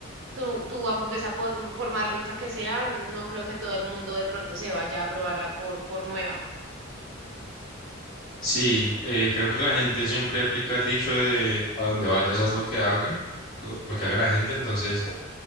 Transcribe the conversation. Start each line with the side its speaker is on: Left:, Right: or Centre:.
Right: tu, tu hamburguesa, por, por más rica que sea, no creo que todo el mundo de pronto se vaya a probarla por, por nueva.
Left: Sí, eh, creo que la gente siempre aplica el dicho de a donde vayas haz lo que hagan, lo, lo que haga la gente, entonces